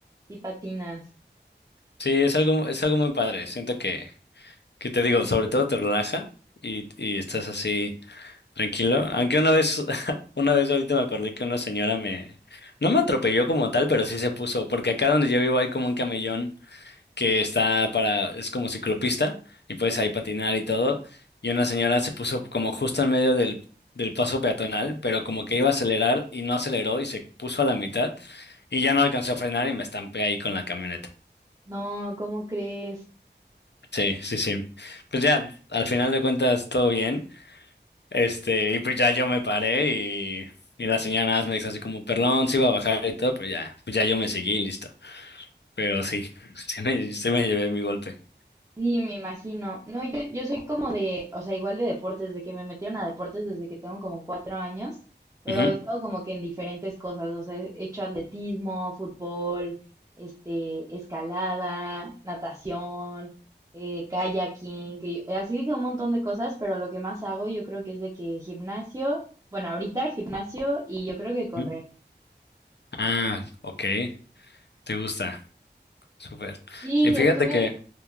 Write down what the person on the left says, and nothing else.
Sí, es algo, es algo muy padre. Siento que, que te digo, sobre todo te relaja y, y estás así tranquilo. Aunque una vez, <laughs> una vez ahorita me acordé que una señora me, no me atropelló como tal, pero sí se puso, porque acá donde yo vivo hay como un camellón que está para, es como ciclopista y puedes ahí patinar y todo. Y una señora se puso como justo en medio del, del paso peatonal, pero como que iba a acelerar y no aceleró y se puso a la mitad. Y ya no alcanzó a frenar y me estampé ahí con la camioneta.
Sí, sí, sí. Pues ya, al final de cuentas, todo bien. Este, y pues ya yo me paré y, y la señora nada más me dijo así como, perdón, sí iba a bajar y todo, pero ya, pues ya yo me seguí y listo. Pero sí, <laughs> sí me, sí me llevé mi golpe.
Ujú,
ujú. Ah, ok, te gusta, súper.
Y fíjate
que,